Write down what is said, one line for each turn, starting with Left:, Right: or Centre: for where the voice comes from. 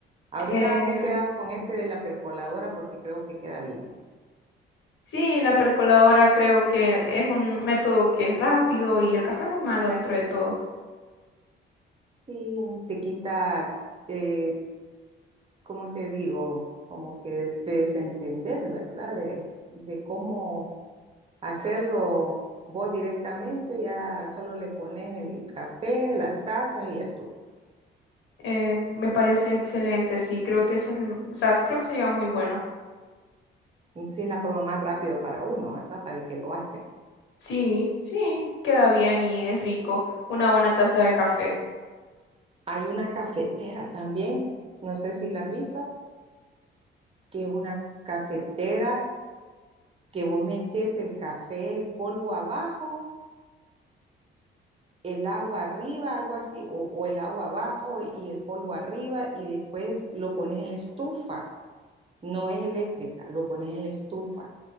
Right: Ahorita
Left: Eh,
Right: me he quedado con este de la percoladora porque creo que queda bien.
Left: sí, la percoladora creo que es un método que es rápido y el café no es malo dentro de todo.
Right: Sí, te quita, eh, como te digo, como que te desentendés, ¿verdad? De, de cómo hacerlo vos directamente, ya solo le pones el café, las tazas y ya estuvo.
Left: Eh, me parece excelente, sí, creo que ese es el- o sea, creo que sería muy bueno.
Right: Sí, es la forma más rápida para uno, ¿verdad? Para el que lo hace.
Left: Sí, sí, queda bien y es rico. Una buena taza de café.
Right: Hay una cafetera también, no sé si la has visto, que es una cafetera que vos metes el café, el polvo abajo el agua arriba, algo así, o, o el agua abajo e, y el polvo arriba, y después lo pones en la estufa. No es eléctrica, lo pones en la estufa.